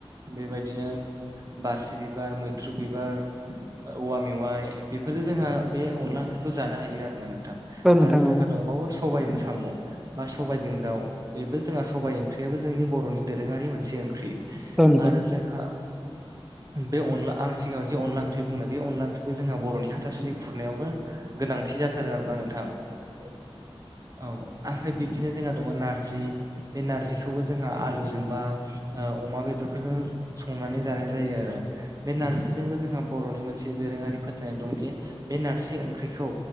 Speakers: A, on the right; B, in the centre.
A: बेबायदिनो बारसि बिबार मैथ्रु बिबार औवा मेवाइ बेफोरजों जोंहा बे अनला ओंख्रिखौ जानो हायो आरोना नोंथां
B: औ नोंथां
A: आरो जोंहा
B: औ
A: दंबावो सबायजों साम' बा सबायजों दाउ बेबो जोंहा सबाय ओंख्रियाबो जोंनि बर'नि दोरोङारि मोनसे ओंख्रि
B: औ नोंथां
A: आरो जोंहा बे अनला आं सिगाङाव जि अनला ओंख्रि बुंनो बे अनला ओंख्रिखौ जोंहा बर'नि हाथासुनि खुरनायावबो गोनांथि जाथारो आरोना नोंथां औ ओमफ्राय बिब्दिनो जोंहा दङ नारजि जि बे नारजिखौबो जोंहा आलुजोंबा अमा बेदरफोरजों संनानै जानाय जायो आरो बे नारजि जोंहा बर'नि मोनसे दोरोङारि फोथायनाय दं जे बे नारजि ओंख्रिखौ